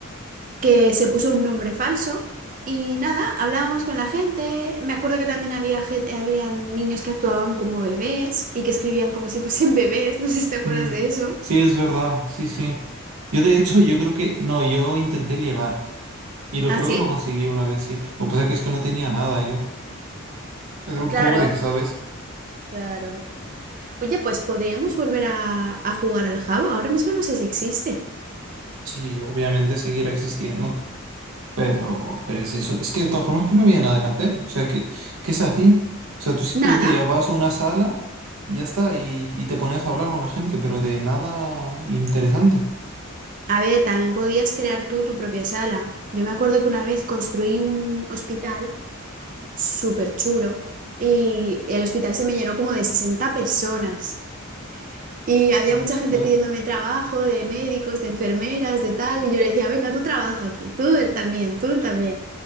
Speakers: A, on the right; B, on the right.
A: que se puso un nombre falso y nada, hablábamos con la gente. Me acuerdo que también había gen- habían niños que actuaban como bebés y que escribían como si fuesen bebés, <laughs> no sé si te acuerdas
B: Mm,
A: de eso.
B: sí, es verdad, sí, sí. Yo de hecho, yo creo que, no, yo intenté ligar y lo
A: Ah,
B: creo
A: sí,
B: que lo conseguí una vez, sí. Lo que pasa es que es que no tenía nada yo. Era un
A: claro,
B: pobre, ¿sabes?
A: claro. Oye, pues podríamos volver a, a jugar al jabo. Ahora mismo no sé si existe.
B: Sí, obviamente seguirá existiendo. Pero, pero es eso. Es que de todas formas que no había nada que hacer. O sea, ¿qué, qué se hacía? O sea, tú simplemente
A: Nada.
B: llegabas a una sala, y ya está, y, y te ponías a hablar con la gente, pero de nada interesante.
A: A ver, también podías crear tú tu propia sala. Yo me acuerdo que una vez construí un hospital súper chulo y el hospital se me llenó como de 60 personas. Y había mucha
B: Ostras.
A: gente pidiéndome trabajo de médicos, de enfermeras, de tal. Y yo le decía, venga, tú trabaja aquí, tú él también, tú también.